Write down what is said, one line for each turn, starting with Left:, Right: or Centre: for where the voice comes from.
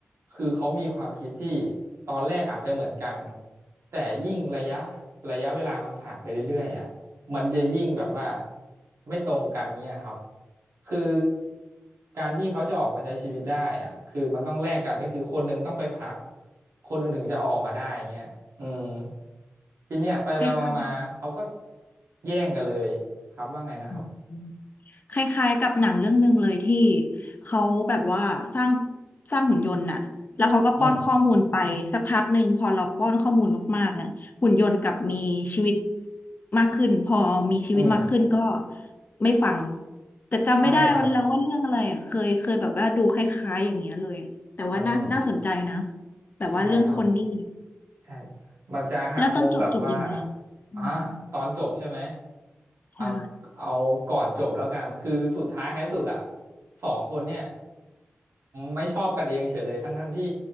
Right: คือเขามีความคิดที่ตอนแรกอาจจะเหมือนกันแต่ยิ่งระยะระยะเวลามันผ่านไปเรื่อยๆอ่ะมันจะยิ่งแบบว่าไม่ตรงกันเนี่ยครับคือการที่เขาจะออกมาใช้ชีวิตได้อ่ะคือมันต้องแลกกันก็คือคนหนึ่งต้องไปพักคนหนึ่งถึงจะเอาออกมาได้เงี้ยอืมทีเนี้ยไปไปมามาเขาก็
Left: คล้าย
Right: แย่งกันเลยครับว่าไงนะครับ
Left: ๆ คล้ายๆกับหนังเรื่องหนึ่งเลยที่เขาแบบว่าสร้างสร้างหุ่นยนต์น่ะแล้วเขาก็ป้อนข้อมูลไปสักพักหนึ่งพอเราป้อนข้อมูลมากๆอ่ะหุ่นยนต์กลับมีชีวิต
Right: อืม
Left: มากขึ้นพอมีชีวิตมากขึ้นก็
Right: อืม
Left: ไม่ฟังแต่จำไม่ได้วันแล้วว่าเรื่องอะไรอ่ะเคยเคยแบบว่าดูคล้ายๆอย่างเงี้ยเลยแต่ว่าน่าน่าสนใจนะ
Right: ใช่ครับอืม
Left: แบบว่าเรื่องคนนี่
Right: ใช่ครับ ใช่มันจะหักมุมแบบว่า
Left: แล้วตอนจบจบยังไงอืม
Right: อ่าตอนจบใช่ไหม
Left: ใช่
Right: เอาเอาก่อนจบแล้วกันคือสุดท้ายท้ายสุดอ่ะ
Left: ่า
Right: สองคนเนี่ยไม่ชอบกันเองเฉยเลยทั้งทั้งที่